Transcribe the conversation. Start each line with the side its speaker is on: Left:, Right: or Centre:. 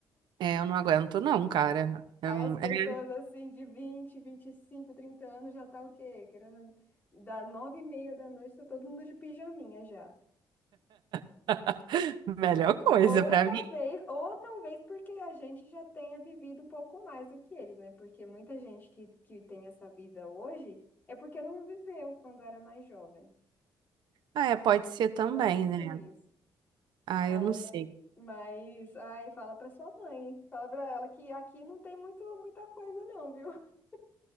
Right: É, eu não aguento não, cara. É,
Left: Aí
Right: é
Left: as pessoas assim de vinte vinte e cinco trinta anos já tá o quê? Querendo dar nove e meia da noite, tá todo mundo de pijaminha já.
Right: <laughs> a melhor coisa
Left: Ou
Right: pra
Left: é talvez,
Right: mim.
Left: ou talvez porque a gente já tenha vivido um pouco mais do que eles, né? Porque muita gente que, que tem essa vida hoje é porque não viveu quando era mais jovem.
Right: Ah, é, pode ser também,
Left: Pode ser
Right: né?
Left: isso.
Right: Ah,
Left: Ai,
Right: eu não sei.
Left: né? mas, ai, fala pra sua mãe, hein? Fala pra ela que aqui não tem muito, muita coisa não, viu? <laughs>